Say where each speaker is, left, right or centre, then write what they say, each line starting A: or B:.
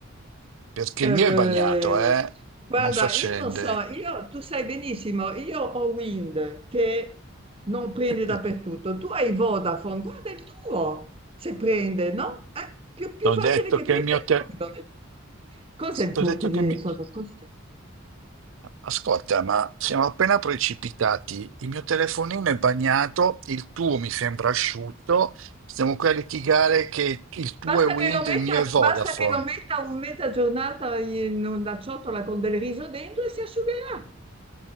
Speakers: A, on the right (about 70°); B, on the right (about 25°).
A: Perché
B: Eh,
A: il mio è bagnato, eh?
B: guarda,
A: Non si accende.
B: io non so, io- tu sai benissimo, io ho Wind che non prende
A: <laughs>
B: dappertutto, tu hai Vodafone, guarda il tuo, se prende, no? È più, più
A: T'ho
B: facile
A: detto
B: che
A: che
B: prenda
A: il mio...
B: il
A: Te...
B: tuo. Cos'è il
A: T'ho
B: tuo
A: detto
B: telefono?
A: che il mio...
B: Scusa.
A: Ascolta, ma siamo appena precipitati. Il mio telefonino è bagnato, il tuo mi sembra asciutto. Stiamo qui a litigare che il tuo
B: Basta
A: è Wind,
B: che lo metta,
A: il mio è Vodafone.
B: basta che lo metta un mezza giornata in una ciotola con del riso dentro e si asciugherà.